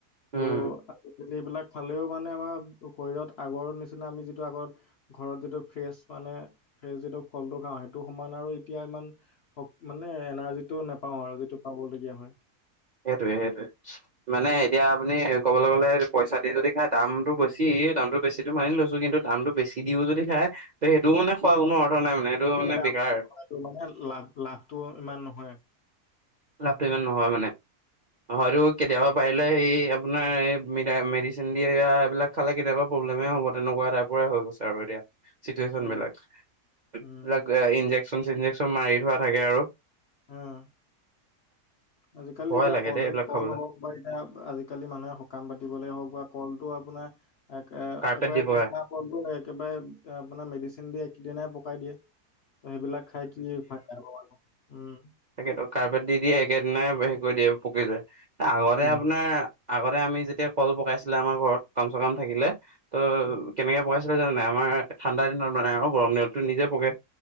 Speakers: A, on the right; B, on the left.
A: উম।
B: ত এইবিলাক খালেও মানে আমাৰ শৰীৰত আগৰ নিচিনা আমি যিটো আগত ঘৰত যিটো ফ্ৰেচ মানে ফ্ৰেচ যিটো ফলটো খাওঁ সেইটো সমান আৰু এতিয়া ইমান, মানে এনাৰ্জিটো নেপাও আৰু যিটো পাবলগীয়া হয়।
A: সেইটোৱে সেইটোৱে মানে এতিয়া আপুনি ক'বলৈ গ'লে পইচা দি যদি খায় দামটো বেছি দামটো বেছিটো মানি লৈছোঁ কিন্তু দামটো বেছি দিও যদি খায়। ত সেইটো মানে। খোৱা কোনো অৰ্থ নাই মানে এইটো মানে
B: দাম
A: বেকাৰ।
B: আৰু মানে লাভ লাভটো ইমান নহয়
A: লাভটো ইমান নহয় মানে। হয়তো কেতিয়াবা পাৰিলে সেই আপোনাৰ এই মেডিচিন দিয়া এইবিলাক। খালে কেতিয়াবা প্ৰব্লেমে হ'ব তেনেকুৱা টাইপৰে হৈ গৈছে আৰু এতিয়া। চিটুৱেচন
B: উম
A: বিলাক এইবিলাক
B: উম
A: ইনজেকচন চনজেকচন মাৰি থোৱা থাকে আৰু
B: উম, আজিকালি
A: ভয়
B: এতিয়া
A: লাগে
B: কলেই
A: দেই এইবিলাক
B: কল
A: খাবলৈ,
B: হওক, এতিয়া আজিকালি মানুহে সকাম পাতিবলে হওক বা কলটো আপোনাৰ। এক
A: কাৰ্পেট
B: একবাৰ
A: দি পকাই,
B: কে একেবাৰে আপোনাৰ মেডিচিন দিয়ে একেইদিনাই পকাই দিয়ে। ত' সেইবিলাক খাই কিনিয়ে যাব আৰু উমঁ।
A: সেইটোৱেটো, কাৰোবাক দি দিয়ে একেদিনাই হেৰি কৰি দিয়ে পুকে ধৰে। আগতে
B: উম,
A: আপোনাৰ- আগতে আমি যেতিয়া কল পকাইছিলে আমাৰ ঘৰত সকাম- চকাম থাকিলে, ত'
B: উম,
A: কেনেকে পকাইছিলে। জান নাই আমাৰ ঠাণ্ডা দিনত মানে আৰু গৰম দিনতো নিজে পকে,